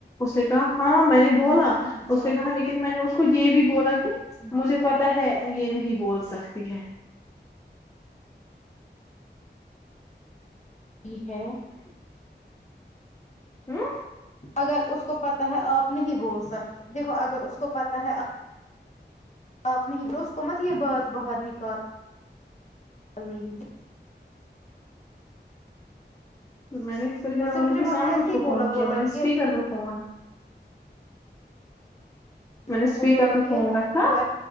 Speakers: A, on the left (about 15°); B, on the left (about 40°).
A: اس نے کہا ہاں میں نے بولا
B: اچھا
A: اس نے کہا لیکن میں نے اس کو یہ بھی بولا کہ مجھے پتا ہے یہ نہیں بول سکتی ہے
B: ٹھیک ہے
A: ہوں
B: اگر اس کو پتا ہے آپ نہیں بول سکتے دیکھو اگر اس کو پتا ہے آپ آپ نہیں برو اس کو مت یہ بات باہر نکال ہی تھی
A: میں نے پورے گھر
B: اس
A: والوں
B: نے مجھے
A: کے
B: بولا
A: سامنے
B: ایسے
A: اس کو
B: ہی بولا
A: فون
B: بولا
A: کیا میں نے اسپیکر
B: کہ
A: پہ فون
B: اس
A: میں
B: کو
A: نے اسپیکر
B: بولا
A: پہ
B: کہ
A: فون رکھا
B: وہ